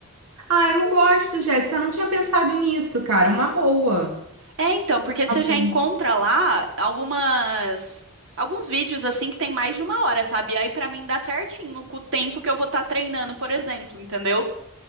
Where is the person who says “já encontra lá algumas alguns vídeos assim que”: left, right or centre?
Right